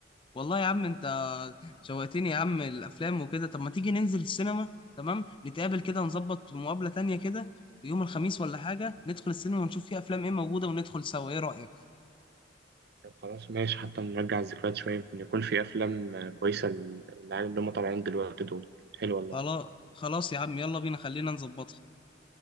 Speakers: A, on the left; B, on the right.
A: والله يا عم انت شوقتني يا عم الأفلام وكده طب ما تيجي ننزل السينما تمام نتقابل كده نظبط مقابلة تانية كده ويوم الخميس ولا حاجة ندخل السينما ونشوف فيها أفلام ايه موجودة وندخل سوا ايه رأيك
B: طب خلاص ماشي حتى نرجع الذكريات شوية يمكن يكون في أفلام آه، كويسة للعيال اللي هم طالعين دلوقتي دول حلو والله
A: خلاص خلاص يا عم يلا بينا خلينا نظبطها